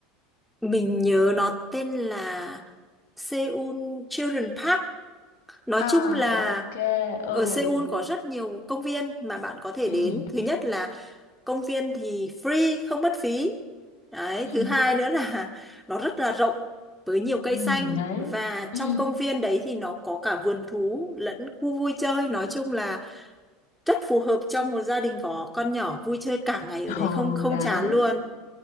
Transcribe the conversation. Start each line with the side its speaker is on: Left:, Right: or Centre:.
Centre: Mình nhớ nó tên là Seoul Children Park. Nói
Left: À
Centre: chung là
Left: ok. Ừ.
Centre: ở Seoul có rất nhiều công viên mà bạn có thể
Left: Ừ.
Centre: đến. Thứ nhất là công viên thì free, không mất phí. Đấy,
Left: Ừ.
Centre: thứ hai nữa là <laughs> nó rất là rộng với nhiều cây
Left: Ừ
Centre: xanh
Left: đấy.
Centre: và
Left: Ừ.
Centre: trong công viên đấy thì nó có cả vườn thú lẫn khu vui chơi. Nói chung là rất phù hợp cho một gia đình có con nhỏ vui chơi cả ngày
Left: Ồ
Centre: ở đấy không không
Left: đấy.
Centre: chán luôn.